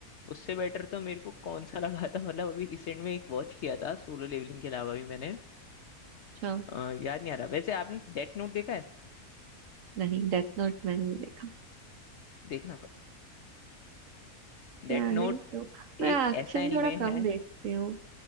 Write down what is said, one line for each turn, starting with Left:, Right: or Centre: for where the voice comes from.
Left: उससे बेटर तो मेरे को कौन सा <laughs> लगा था मतलब अभी रिसेंट में एक वॉच किया था सोलो लेवलिंग के अलावा भी मैंने
Right: अच्छा
Left: अ, याद नहीं आ रहा वैसे आपने डेथ नोट देखा है
Right: नहीं डेथ नोट मैंने नहीं देखा
Left: देखना
Right: प्लानिंग
Left: डेथ नोट
Right: तो मैं
Left: एक
Right: एक्शन
Left: ऐसा एनिमे
Right: थोड़ा कम
Left: है
Right: देखती हूँ